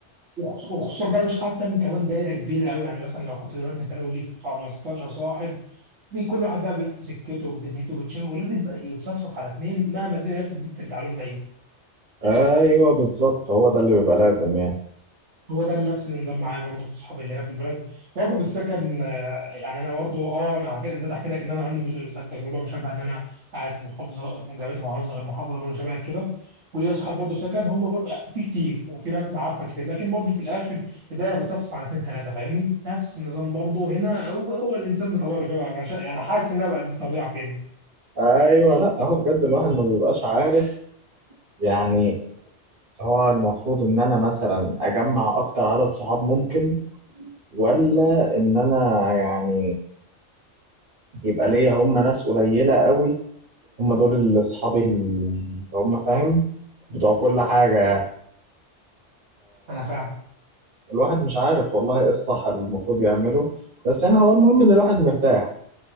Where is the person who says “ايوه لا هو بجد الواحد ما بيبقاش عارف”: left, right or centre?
Right